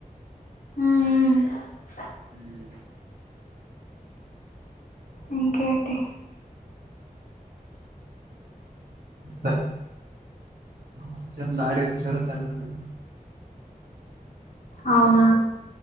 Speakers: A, on the left (about 65°); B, on the right (about 85°).
A: ఊ ఉ
B: ఉం
A: ఇంకేటి
B: తే ఒచ్చర్ డాడి ఒచ్చరు తండ నిం
A: అవునా